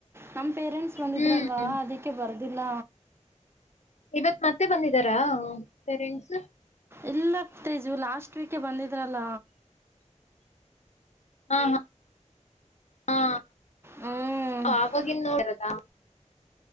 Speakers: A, on the right; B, on the left.
A: ನಮ. ಪೇರೆಂಟ್ಸ್ ಬಂದಿದ್ರಲ್ವಾ
B: ಹ್ಮ್
A: ಅದಕ್ಕೆ ಬರೋದಿಲ್ಲ.
B: ಇವತ್ ಮತ್ತೆ ಬಂದಿದಾರಾ ಪೇರೆಂಟ್ಸ್.
A: ಎಲ್ಲ ತೇಜು ಲಾಸ್ಟ್ ವೀಕ್ ಹೇ ಬಂದಿದ್ರಲ್ಲ.
B: ಹಾ ಹಾ ಹಾ
A: ಹ್ಞೂ
B: ಅವಗಿನ್ನು ಬರದಾ.